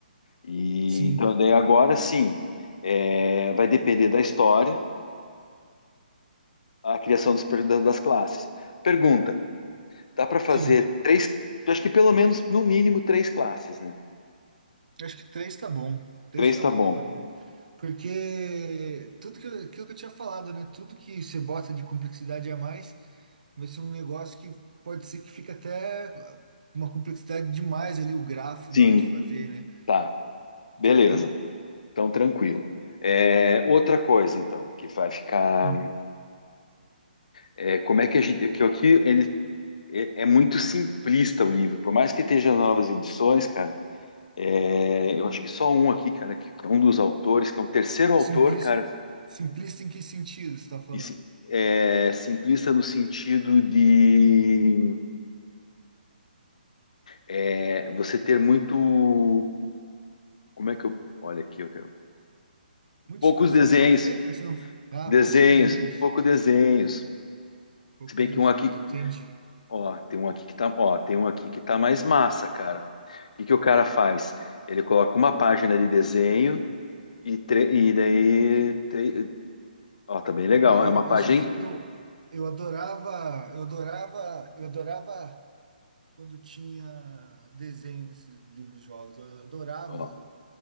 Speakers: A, on the left; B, on the right.
A: E
B: Sim,
A: então, daí agora sim, é, vai depender da história, a criação dos per- da- das classes. Pergunta: dá para fazer
B: sim.
A: três? Acho que pelo menos, no mínimo, três classes, né?
B: Acho que três tá bom. Três
A: Três
B: tá
A: tá
B: bom,
A: bom.
B: para não. Porque tudo que eu, aquilo que eu tinha falado, né? Tudo que você bota de complexidade a mais vai ser um negócio que pode ser que fique até uma complexidade demais ali o grafo
A: Sim,
B: na hora de fazer, né?
A: tá. Beleza.
B: Entendeu?
A: Então, tranquilo. É, outra coisa, então, que vai ficar.
B: Hum.
A: é, como é que a gente. Que aqui ele é, é muito simplista o livro, por mais que esteja as novas edições, cara. é, eu acho que só um aqui, cara, que, que é um dos autores, que é um terceiro autor,
B: Simplis,
A: cara,
B: simplista em que sentido você está falando?
A: e se- é simplista no sentido de é, você ter muito. Como é que eu. Olha aqui, eu quero-
B: Muito
A: poucos
B: simplista
A: desenhos,
B: por quê, cara? Você não... Ah,
A: desenhos,
B: poucos desenhos.
A: pouco desenhos.
B: Poucos
A: Se bem
B: desenhos,
A: que um aqui
B: entendi.
A: Ó, tem um aqui que tá, ó, tem um aqui que tá mais massa, cara. O que que o cara faz? Ele coloca uma página de desenho e, tre- e daí, tre- ó, tá bem legal.
B: Cara,
A: É
B: eu,
A: uma
B: eu
A: página,
B: só sei que eu, eu adorava, eu adorava, eu adorava. quando tinha desenho nesses livros de jogos. Eu adorava,
A: ó,
B: os,